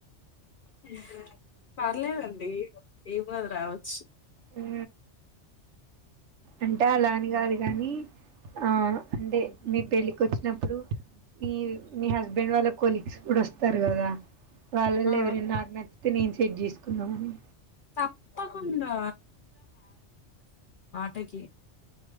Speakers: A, on the left (about 55°); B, on the right (about 75°).
A: ఇసజాక్ పర్లేదండి ఏం గాదు రావచ్చు.
B: హు అంటే అలాని గాదు గాని ఆ అంటే మీ పెళ్ళి కోచ్ న్నప్పుడు మీ మీ హస్బెండ్ వాల్క్ కాలిక్స్ ఇప్పుడు వస్తారు కదా. వాళ్ళలో
A: ఆ
B: ఎవరైనా నాకు నచ్చితే నేను సెట్ చేసుకుందామని.
A: తప్పకుండా టాక్యే